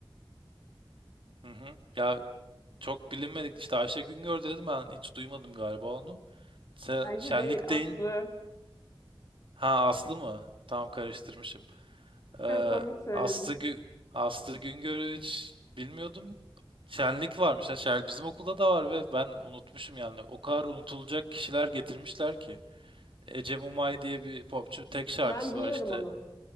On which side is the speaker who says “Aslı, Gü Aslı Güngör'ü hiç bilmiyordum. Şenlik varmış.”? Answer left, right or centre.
Right